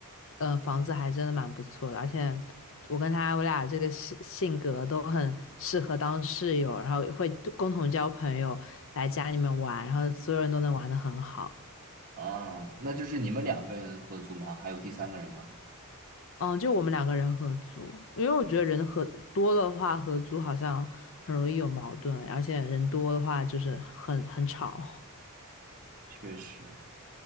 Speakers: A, on the left; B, on the right.
A: 呃，房子还真的蛮不错的，而且我跟他我俩这个性性格都很适合当室友，然后会共同交朋友，来家里面玩，然后所有人都能玩得很好。
B: 啊，那就是你们两个人合租吗？还有第三个人吗？
A: 嗯，就我们两个人合租，因为我觉得人合多的话，合租好像很容易有矛盾，而且人多的话就是很很吵。
B: 确实，